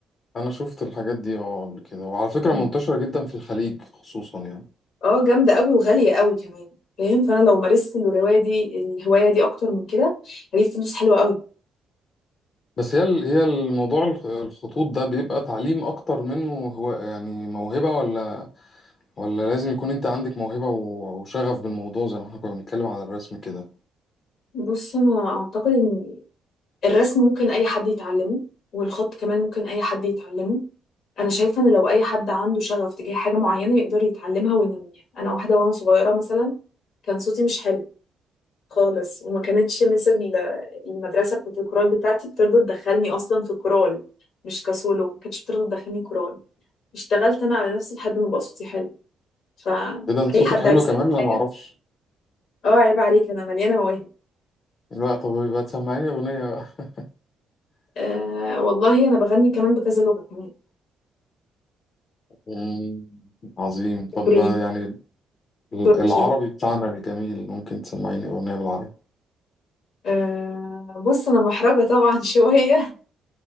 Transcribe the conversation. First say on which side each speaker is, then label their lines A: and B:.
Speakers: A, on the left; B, on the left.
A: أنا شفت الحاجات دي اه قبل كده وعلى فكرة
B: مم.
A: منتشرة جدا في الخليج خصوصا يعني
B: اه جامدة قوي وغالية قوي كمان فاهم فأنا لو مارست الهواية دي الهواية دي أكتر من كده هجيب فلوس حلوة قوي
A: بس هي ال- هي الموضوع الخ- الخطوط ده بيبقى تعليم أكتر منه هو يعني موهبة ولا ولا لازم يكون أنت عندك موهبة و- وشغف بالموضوع زي ما احنا كنا بنتكلم على الرسم كده
B: بص أنا أعتقد إن الرسم ممكن اي حد يتعلمه والخط كمان ممكن اي حد يتعلمه انا شايفه ان لو اي حد عنده شغف تجاه حاجه معينه يقدر يتعلمها وينميها انا واحده وانا صغيره مثلا كان صوتي مش حلو خالص وما كانتش مثل المدرسه بتاعت الكورال بتاعتي بترضى تدخلني اصلا في الكورال مش كسولو ما كانتش بترضى تدخلني كورال اشتغلت انا على نفسي لحد ما بقى صوتي حلو فاي
A: إيه ده أنت صوتك
B: حد
A: حلو
B: عايز
A: كمان
B: يسال حاجه
A: أنا معرفش
B: اه عيب عليك انا مليانه مواهب
A: لا طب يبقى تسمعيني أغنية بقى
B: آه والله انا بغني كمان بكذا لغه كمان
A: مم، عظيم طب
B: عبري
A: يعني العربي
B: تركي
A: بتاعنا الجميل ممكن تسمعيني أغنية بالعربي
B: آه، بص انا محرجه طبعا <laughs> شويه